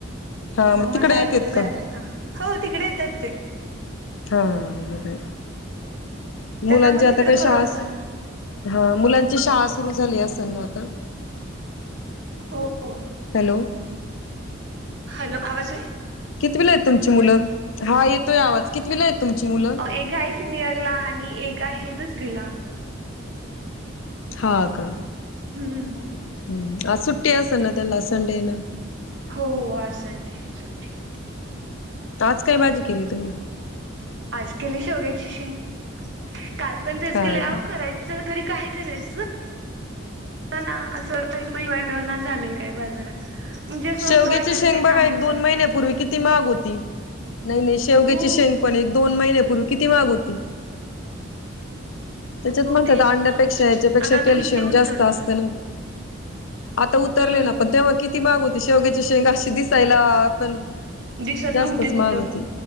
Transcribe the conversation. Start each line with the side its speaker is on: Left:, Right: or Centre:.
Left: हा
Right: मग माझ्या
Left: तिकडे
Right: आईकडे
Left: येतेत
Right: जाय
Left: का?
Right: लागत, हो तिकडे येतात ते.
Left: हा, मग हाय. मुलांचे
Right: त्यांना पण
Left: आता
Right: तिकडे
Left: काय
Right: करमत
Left: शाळा
Right: ना.
Left: हा मुलां शाळा सुरू झाली असेल ना, आता?
Right: हो हो
Left: हॅलो!
Right: हॅलो! आवाज येतोय
Left: कितवीला आहेत तुमची मुलं हा येतोय आवाज कितवीला आहेत? तुमची मुलं?
Right: अ एक आहे सिनियरला आणि एक आहे दुसरीला.
Left: हा, का?
Right: हम.
Left: हम आज सुट्या असेल ना, त्यांना आज संडे हाय ना?
Right: हो, आज संडे आहे सुट्टी.
Left: आज काय भाजी केली तुम्ही?
Right: आज केली शेवग्याची शेंग काल, पण तेच
Left: हा
Right: केले आव
Left: का.
Right: करायच तरी काय? करायच ना, असं <unintelligible> मिळना झालंय काय बाजारात. म्हणजे स्वस्त
Left: शेवग्याचे
Right: वाटेल
Left: शेंग
Right: तेच
Left: बघा,
Right: आणायचं
Left: एक दोन महिन्यापूर्वी किती किती महाग होतो, नाही नाही शेवग्याची
Right: हो
Left: शेंग पण एक दोन महिन्यापूर्वी किती माग होती.
Right: हो
Left: त्याच्यात म्हणतात,
Right: तेच
Left: अंड्यापेक्षा
Right: ना
Left: याच्यापेक्षा
Right: आणि आता
Left: कॅल्शियम
Right: किती उतरले
Left: जास्त असत ना. आता उतरले
Right: हम्म
Left: ना, पण तेव्हा किती महाग होते, शेवग्याची शेंग अशी दिसायला पण
Right: दिसत
Left: जास्तच
Right: नव्हते कुठं?
Left: महाग होती